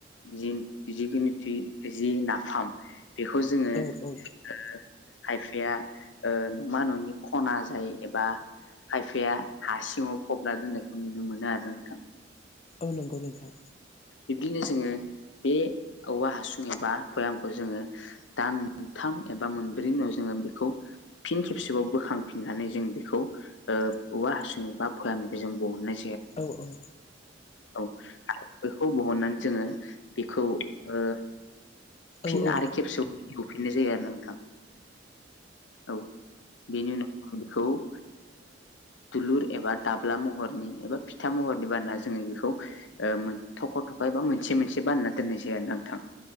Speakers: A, on the left; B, on the left.
A: जिन-जिगिनिथि जि नाफाम बेखौ जोङो
B: औ औ
A: ओ खायफाया ओ नमा न'नि खना जाय एबा खायफाया हा सिङाव फबना दोननायखौ नुनो मोनो आरो ना नोंथां।
B: औ नोंगौ नोंथां।
A: बिब्दिनो जोङो बे औवा हासुं एबा फोरामखौ जोङो दान मोनथाम एबा मोनब्रै उनाव जोङो बेखौ फिन खेबसेबाव बोखांफिननानै जों बेखौ ओ औवा हासुं बा फोआन बेजों बहनाय
B: औ-औ
A: औ बेखौ बहननानै जोङो बेखौ ओ
B: औ
A: फिन
B: औ
A: आरो खेबसेयाव एवफिननाय जायो आरो नोंथां। औ बेनि उनाव आं बेखौ ओ दुलुर एबा दाब्ला महरनि एबा फिथा महरनि बानना जोङो बेखौ ओ मो थख' थख' एबा मोनसे मोनसे बानना दोननाय जाया नोंथां।